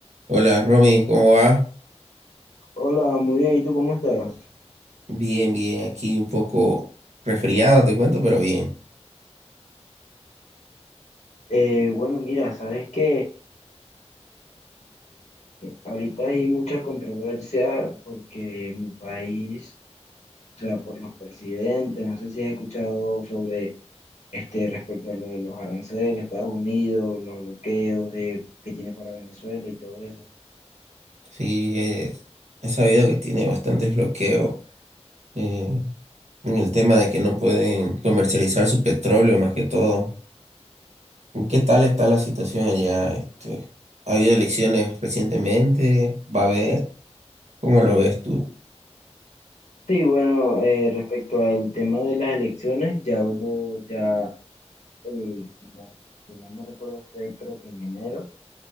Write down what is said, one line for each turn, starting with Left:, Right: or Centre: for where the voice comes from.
Right: Hola Romy, ¿cómo va?
Left: Hola, muy bien. ¿Y tú cómo estás?
Right: Bien, bien, aquí un poco resfriado, te cuento, pero bien.
Left: Eh, bueno, mira, sabes que ahorita hay mucha controversia porque mi país, o sea, por los presidentes, no sé si has escuchado sobre este respecto a lo de los aranceles, Estados Unidos, los bloqueos de, que tiene para Venezuela y todo eso.
Right: Sí, eh, he sabido que tiene bastantes bloqueos eh, en el tema de que no pueden comercializar su petróleo, más que todo. ¿Qué tal está la situación allá? Este, ¿ha habido elecciones recientemente? ¿Va a haber? ¿Cómo lo ves tú?
Left: Sí, bueno, eh, respecto al tema de las elecciones, ya hubo, ya, eh, si mal si mal no recuerdo, fue creo que en enero.